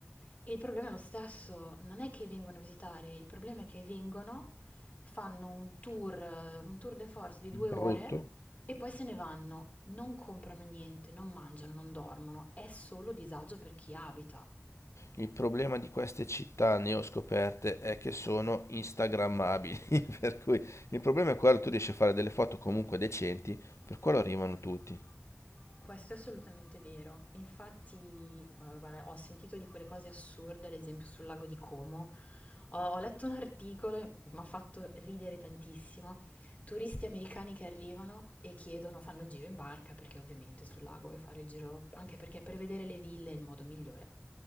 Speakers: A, on the left (about 35°); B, on the left (about 90°).
A: E il problema è lo stesso, non è che vengono a visitare, il problema è che vengono, fanno un tour, eh, un tour de force di due ore
B: brutto.
A: e poi se ne vanno, non comprano niente, non mangiano, non dormono, è solo disagio per chi abita.
B: Il problema di queste città neoscoperte è che sono instagrammabili, <laughs> per cui il problema è quello, tu riesci a fare delle foto comunque decenti, per quello arrivano tutti.
A: Questo è assolutamente vero. Infatti, guarda, guarda, ho sentito di quelle cose assurde, ad esempio sul lago di Como. Ho, ho letto un articolo, mi ha fatto ridere tantissimo. Turisti americani che arrivano e chiedono, fanno il giro in barca, perché ovviamente sul lago vuoi fare il giro, anche perché per vedere le ville è il modo migliore.